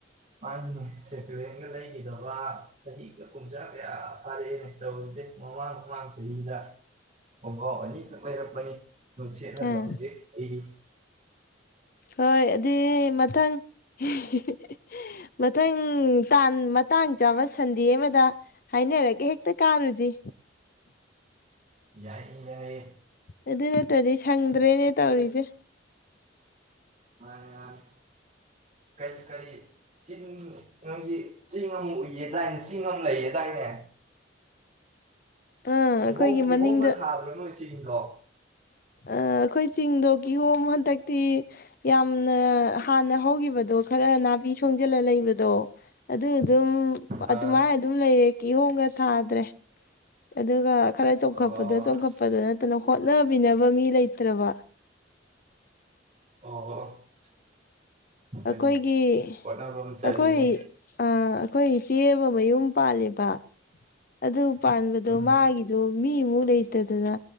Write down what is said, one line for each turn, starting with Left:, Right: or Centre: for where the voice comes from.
Right: <unintelligible> ꯁꯦꯀꯦꯟꯒ ꯂꯩꯈꯤꯗꯕ ꯆꯍꯤꯒ ꯀꯨꯝꯖꯥ ꯀꯌꯥ ꯐꯥꯔꯛꯑꯦꯅ ꯇꯧꯔꯤ ꯃꯃꯥꯡ ꯃꯃꯥꯡ ꯆꯍꯤꯗ ꯈꫭꯡꯒꯥꯎ ꯑꯅꯤꯈꯛ ꯂꯩꯔꯛꯄꯅꯤ ꯑꯗꯨ ꯁꯦꯠꯂꯒ
Left: ꯑꯥ
Right: ꯍꯧꯖꯤꯛ ꯑꯩꯒꯤ
Left: ꯍꯣꯏ ꯑꯗꯨꯏꯗꯤ ꯃꯊꯪ <unintelligible> ꯃꯊꯪ ꯇꯥꯟ ꯃꯇꯥꯡ ꯆꯥꯕ ꯁꯟꯗꯦ ꯑꯃꯗ ꯍꯥꯏꯅꯔꯒꯦ ꯍꯦꯛꯇ ꯀꯥꯔꯨꯁꯤ
Right: ꯌꯥꯏꯌꯦ ꯌꯥꯏꯌꯦ
Left: ꯑꯗꯨ ꯅꯠꯇ꯭ꯔꯗꯤ ꯁꯪꯗ꯭ꯔꯦꯅꯦ
Right: ꯈꯤꯇꯪ
Left: ꯇꯧꯔꯤꯁꯦ
Right: ꯃꯥꯅꯤ ꯃꯥꯅꯤ ꯀꯔꯤ ꯀꯔꯤ ꯆꯤꯡ ꯅꯣꯏꯒꯤ ꯆꯤꯡ ꯑꯃ ꯎꯏꯌꯦꯗꯥꯏꯅꯦ ꯆꯤꯡ ꯑꯃ ꯂꯩꯌꯦꯗꯥꯏꯅꯦ
Left: ꯑꯥ
Right: ꯀꯤꯍꯣꯝ
Left: ꯑꯩꯈꯣꯏꯒꯤ
Right: ꯀꯤꯍꯣꯝꯒ
Left: ꯃꯅꯤꯡꯗ
Right: ꯊꯥꯗ꯭ꯔꯣ ꯅꯣꯏ ꯆꯤꯡꯗꯣ
Left: ꯑꯥ ꯑꯩꯈꯣꯏ ꯆꯤꯡꯗꯣ ꯀꯤꯍꯣꯝ ꯍꯟꯗꯛꯇꯤ ꯌꯥꯝꯅ ꯍꯥꯟꯅ ꯍꯧꯈꯤꯕꯗꯣ ꯈꯔ ꯅꯥꯄꯤ ꯁꯣꯡꯖꯤꯜꯂ ꯂꯩꯕꯗꯣ ꯑꯗꯨ ꯑꯗꯨꯝ
Right: ꯑꯥ
Left: ꯑꯗꯨꯃꯥꯏꯅ ꯑꯗꯨꯝ ꯂꯩꯔꯦ ꯀꯤꯍꯣꯡꯒ ꯊꯥꯗ꯭ꯔꯦ ꯑꯗꯨꯒ ꯈꯔ ꯆꯣꯡꯈꯠꯄꯗ
Right: ꯑꯣ
Left: ꯆꯣꯡꯈꯠꯄꯗ
Right: ꯑꯁ
Left: ꯅꯠꯇꯅ ꯍꯣꯠꯅꯕꯤꯅꯕ ꯃꯤ ꯂꯩꯇ꯭ꯔꯕ
Right: ꯑꯣ ꯍꯣꯏꯅꯦ
Left: ꯑꯩꯈꯣꯏꯒꯤ
Right: ꯍꯣꯠꯅꯕ ꯑꯃ ꯆꯪꯉꯤꯅꯦ
Left: ꯑꯩꯈꯣꯏ ꯑꯥ ꯑꯩꯈꯣꯏ ꯏꯆꯦꯃꯥ ꯃꯌꯨꯝ ꯄꯥꯜꯂꯦꯕ ꯑꯗꯨ ꯄꯥꯟꯕꯗꯣ
Right: ꯎꯝ
Left: ꯃꯥꯒꯤꯗꯣ ꯃꯤꯃꯨꯛ ꯂꯩꯇꯗꯅ